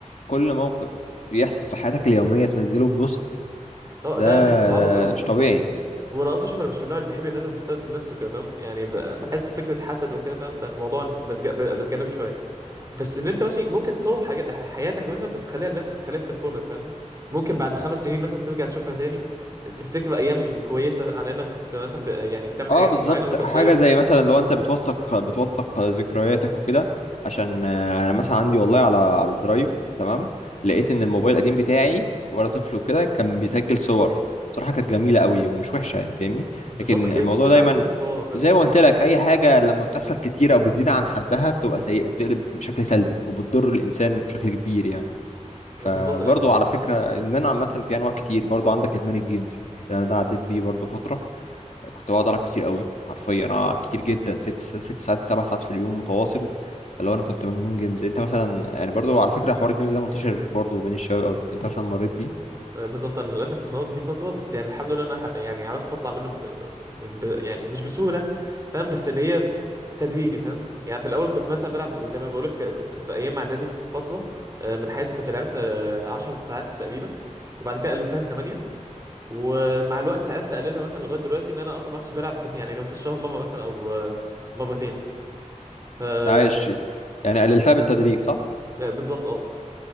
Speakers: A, on the left; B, on the right.
A: كل موقف يحصل في حياتك اليومية تنزله بوست
B: اه
A: ده,
B: ده انا بحسه عبط قوي
A: ده مش طبيعي
B: وانا اصلا شوف انا مش من النوع اللي بيحب ينزل بوستات لنفسه كده فاهم يعني ب- بحس فكره حسد وكده فاهم فالموضوع متج... ب- بتجنبه شويه بس ان انت ماشي ممكن تصور حاجات حياتك مثلا بس تخليها لنفسك تخليها في تليفونك فاهمني ممكن بعد خمس سنين مثلا ترجع تشوفها تاني تفتكر ايام كويسه على انك كنت مثلا ب... يعني بتعمل
A: اه
B: حاجات
A: بالظبط
B: معينه وانت صغير
A: حاجه
B: ف...
A: زي مثلا لو انت بتوثق بتوثق ذكرياتك وكده عشان آه، انا مثلا عندي والله على على الدرايف تمام لقيت ان الموبايل القديم بتاعي وانا طفل وكده كان بيسجل صور بصراحه كانت جميله قوي ومش وحشه يعني فاهمني
B: بالظبط
A: لكن
B: اكيد
A: الموضوع
B: مش هتزعل
A: دايما
B: ان انت مصورها فاهمني
A: زي ما قلت لك اي حاجه لما بتحصل كتير او بتزيد عن حدها بتبقى سيئه بتقلب بشكل سلبي وبتضر الانسان بشكل كبير يعني
B: بالظبط
A: فبرضه
B: ايوه
A: على فكره ادمان عامه في انواع كتير برضه عندك ادمان الجيمز يعني انا ده عديت بيه برضه فتره كنت بقعد العب كتير قوي حرفيا انا كتير جدا ست ست ساعات سبع ساعات في اليوم متواصل فاللي هو انا كنت مجنون جيمز انت مثلا يعني برضو على فكره حوار الجيمز ده منتشر برضو بين الشباب قوي انت مثلا مريت بيه
B: آه، بالظبط انا للاسف كنت موجود بيه فتره بس يعني الحمد لله انا ح- يعني عرفت اطلع منه ب... ب... يعني مش بسهوله فاهم بس اللي هي تدريجي فاهم يعني في الاول كنت مثلا بلعب زي ما بقولك كنت في ايام اعدادي في فتره آه، من حياتي كنت لعبت 10 ساعات تقريبا وبعد كده قللتها ل 8 ومع الوقت عرفت اقللها مثلا لغايه دلوقتي ان انا اصلا ما عدتش بلعب <laughs> يعني غير في الشهر مره مثلا او آه، مرتين ف آه،
A: عايش يعني قللتها بالتدريج صح
B: بالظبط اه